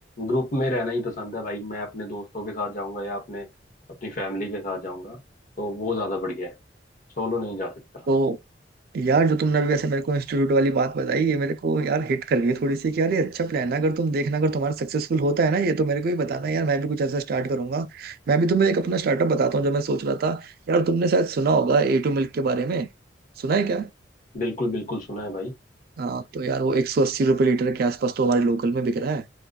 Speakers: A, on the left; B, on the right.
A: ग्रुप में रहना ही पसंद है भाई मैं अपने दोस्तों के साथ जाऊंगा या अपने अपनी फैमिली के साथ जाऊंगा तो वो ज्यादा बढ़िया है सोलो नहीं जा सकता
B: तो यार जो तुमने अभी वैसे मेरे को इंस्टीट्यूट वाली बात बताई ये मेरे को यार हिट कर गई थोड़ी सी कि यार ये अच्छा प्लान है अगर तुम देखना अगर तुम्हारा सक्सेसफुल होता है ना ये तो मेरे को ही बताना यार मैं भी कुछ ऐसा स्टार्ट करूंगा मैं भी तुम्हें एक अपना स्टार्टअप बताता हूँ जो मैं सोच रहा था यार तुमने शायद सुना होगा ए टू मिल्क के बारे में सुना है क्या
A: बिल्कुल बिल्कुल सुना है भाई
B: हाँ तो यार वो एक सौ अस्सी रुपये लीटर के आसपास तो हमारे लोकल में बिक रहा है